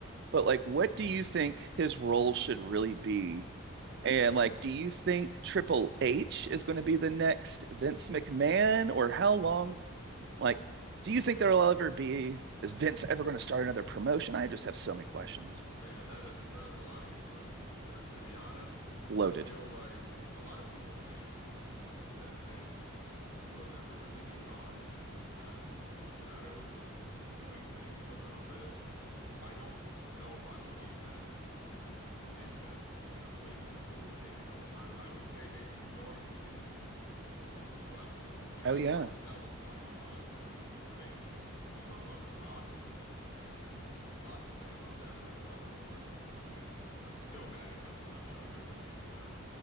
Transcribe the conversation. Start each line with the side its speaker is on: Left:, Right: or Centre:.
Right: but like, what
Left: man,
Right: do you think his role should really be And like, do you think Triple H is going to be the next Vince McMahon, or how long? Like, do you think there'll ever be? Is Vince ever going to start another promotion? I just have so many questions.
Left: man, that is that's a lot of good questions there. To be honest,
Right: Loaded.
Left: I feel like a lot of people think that Vince will never really be gone and that he's kind of just in the shadows doing things a little bit. I don't know if I believe that, and I do believe that Triple H has fully taken over. I would say maybe he already is the new Vince, but you know,
Right: Oh
Left: it's
Right: yeah.
Left: hard to tell what's going on behind the curtain there, right? But you talk about The Rock, man, a lot to say about that. First off, let me preface by saying I'm still mad at him for not showing up at Mania.